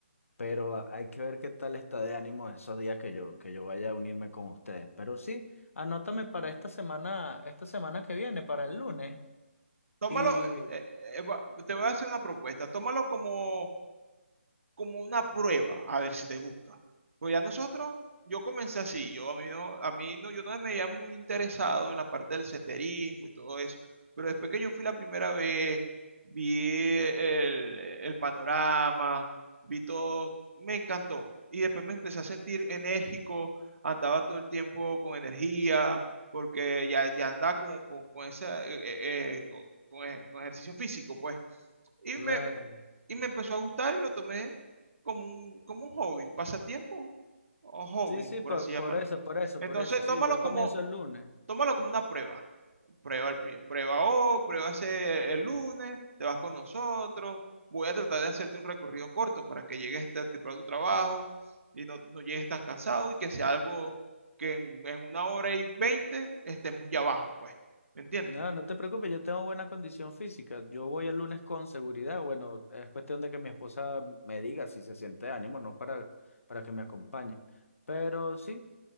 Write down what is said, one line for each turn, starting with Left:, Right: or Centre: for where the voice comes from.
Left: Pero hay que ver qué tal está de ánimo esos días que yo, que yo vaya a unirme con ustedes. Pero sí, anótame para esta semana, esta semana que viene, para el lunes.
Right: Tómalo,
Left: Y
Right: eh, eh, va- te voy a hacer una propuesta, tómalo como como una prueba, a ver si te gusta. Pues ya nosotros, yo comencé así, yo a mí no, a mí no, yo no me veía muy interesado en la parte del senderismo y todo eso, pero después que yo fui la primera vez, vi el, el panorama, vi todo, me encantó. Y después me empecé a sentir enérgico, andaba todo el tiempo con energía, porque ya, ya andaba como con, con esa, eh, eh, con, con ej- con ejercicio físico, pues. Y
Left: Claro.
Right: me, y me empezó a gustar y lo tomé como un, como un hobby, pasatiempo o hobby,
Left: sí, sí,
Right: por
Left: por,
Right: así llamarlo.
Left: por eso, por eso,
Right: Entonces,
Left: por eso. Sí,
Right: tómalo
Left: yo
Right: como,
Left: comienzo el lunes.
Right: tómalo como una prueba. Prueba, el pri- prueba hoy, prueba ese el lunes, te vas con nosotros. Voy a tratar de hacerte un recorrido corto para que llegues te- temprano a tu trabajo y no, no llegues tan cansado y que sea algo que en, en una hora y veinte estemos ya abajo, pues. ¿Me entiendes?
Left: No, no te preocupes, yo tengo buena condición física. Yo voy el lunes con seguridad. Bueno, es cuestión de que mi esposa me diga si se siente de ánimo, no para, para que me acompañe. Pero sí,